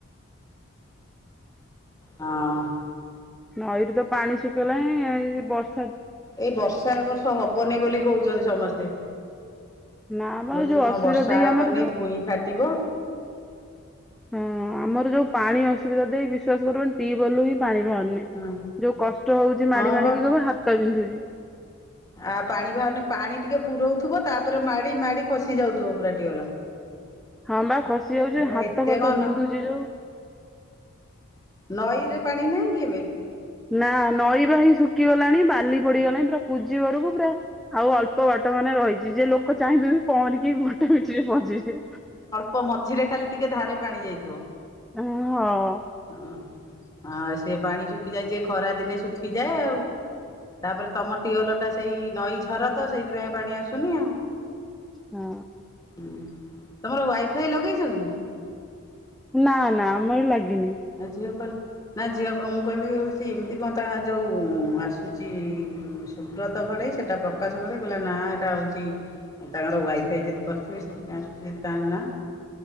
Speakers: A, on the left; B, in the centre.
A: ହଁ।
B: ନଈରୁ ତ ପାଣି ଶୁକିଗଲାଣି ଏ ବର୍
A: ଏଇ ବର୍ଷା ଏ ବର୍ଷ ହବନେଇ ବୋଲି କହୁଚନ୍ତି ସମସ୍ତେ।
B: ନା ବା
A: କହୁଚନ୍ତି
B: ଯୋଉ ଅସୁବିଧା
A: କଣ ବର୍ଷା
B: ଦେଇ
A: ହବନେଇ
B: ଆମର ଯୋଉ
A: ଭୁଇଁ ଫାଟିବ।
B: ହଁ ଆମର ଯୋଉ ପାଣି ଅସୁବିଧା ଦେଇ ବିଶ୍ୱାସ କରିବନି ଟିବଲରୁ ହିଁ ପାଣି ଭାରୁନେଇ।
A: ହଁ
B: ଯୋଉ କଷ୍ଟ ହଉଚି
A: ହଁ
B: ମାଡ଼ି ମାଡି଼କି
A: ବା
B: କବୁ ହାତ ବିନ୍ଧୁଚି।
A: ଆ ପାଣି ଭାରୁନି ପାଣି ଟିକେ ପୁରଉଥୁବ ତାପରେ ମାଡ଼ି ମାଡ଼ି ଖସି ଯାଉଥୁବ ପୁରା ଟିଅଲ।
B: ହଁ ବା ଖସି ଯାଉଚି
A: ଏରା
B: ହାତ
A: ଏତେ
B: ଫାତ
A: କଣ
B: ବିନ୍ଧୁଚି ଯୋଉ।
A: ନଈରେ ପାଣି ନାହିଁ କି ଏବେ?
B: ନାଁ ନଈ ବା ହେଇ ଶୁକିଗଲାଣି ବାଲି ପଡି଼ଗଲାଇଁ ପୁରା କୁଜିବରକୁ ପୁରା ଆଉ ଅଳ୍ପ ବାଟ ମାନେ ରହିଚି ଯେ ଲୋକ ଚାହିଁବେ ବି ପହଁରିକି ଗୋଟେ ମିଣ୍ଟିରେ ପହଞ୍ଚିଯିବେ।
A: ପ ମଝିରେ ଖାଲି ଟିକେ ଧାରେ ପାଣି ଯାଇଥିବ।
B: ଏଁ ହଁ।
A: ହଁ ହଁ ସେ ପାଣି ଶୁକିଯାଇଚି ଏ ଖରା ଦିନେ ଶୁଖିଯାଏ ଆଉ। ତାପରେ ତମ ଟିୱଲଟା ସେଇ ନଈ ଝର ତ ସେଇଥିପାଇଁ ପାଣି ଆସୁନି ଆଉ।
B: ହଁ।
A: ହୁଁ ତମର ୱାଇଫାଇ ଲଗେଇଚ କି?
B: ନାଁ ନାଁ ଆମର ଲାଗିନି।
A: ଆଉ ଝିଅ କଲେ ନାଁ ଝିଅ କ ମୁଁ କଇଲି ହଉଚି ଏମିତି କଁ ତା ଯଉ ଆସିଚି ସୁବ୍ରତ ଘଡ଼େଇ ସେଟା ପ୍ରକାଶ ଘଡ଼େଇ କଲା ନାଁ ଏଟା ହଉଚି ତାଙ୍କର ୱାଇଫାଇ ଯଦି କରିଥିବେ ସେଥିପାଇଁ ଆସୁଚି ଯଦି ତାଙ୍କ ନାଁ।